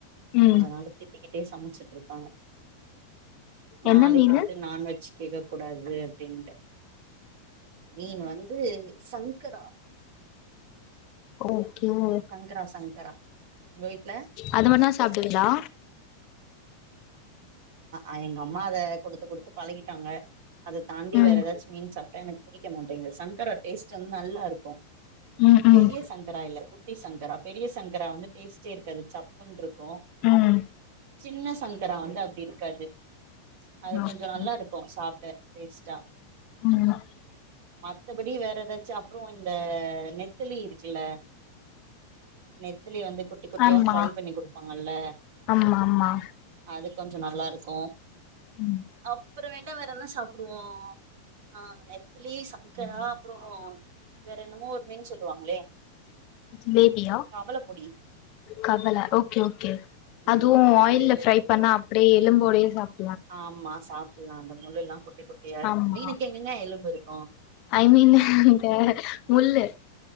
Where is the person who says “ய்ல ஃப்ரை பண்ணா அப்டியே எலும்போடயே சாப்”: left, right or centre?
Left